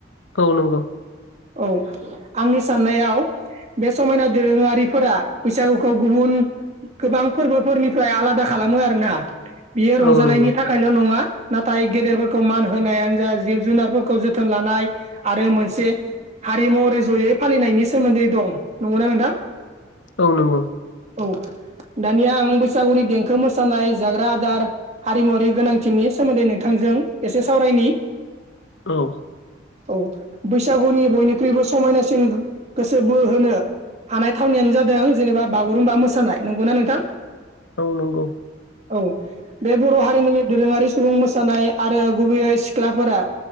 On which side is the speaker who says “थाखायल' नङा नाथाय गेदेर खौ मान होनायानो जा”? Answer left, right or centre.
Right